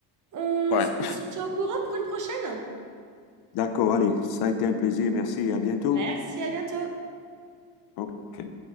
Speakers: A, on the right; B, on the left.
A: On,
B: Ouais.
A: s- on se tient au courant pour une prochaine?
B: D'accord, allez. Ça a été un plaisir. Merci et à bientôt.
A: Merci, à bientôt!
B: Ok.